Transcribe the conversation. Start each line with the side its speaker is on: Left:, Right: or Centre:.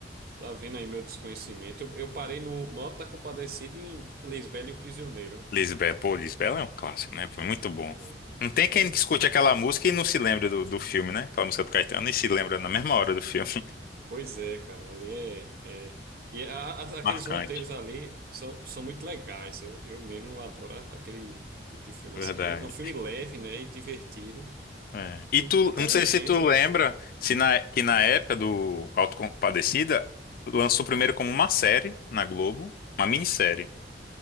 Right: Tá vendo aí meu desconhecimento? Eu, eu parei no Nota da Compadecida em Lisbela e o Prisioneiro.
Left: Lisbela, pô, Lisbela é um clássico, né? Foi muito bom.
Right: É, cara.
Left: Não tem quem
Right: Você-
Left: escute aquela música e não se lembra do, do filme, né? Aquela música do Caetano e se lembra na mesma hora do filme. <laughs>
Right: Pois é, cara. Ali é. é... E a- a- aqueles
Left: Marcante.
Right: roteiros ali são, são muito legais. Eu, eu mesmo adoro aquele tipo de filme
Left: Verdade.
Right: assim. É um, é um filme leve, né? E divertido.
Left: É. E
Right: In-
Left: tu,
Right: Inteligente,
Left: não sei se tu
Right: né?
Left: lembra, se na, que na época do Autocompadecida, lançou primeiro como uma série na Globo, uma minissérie.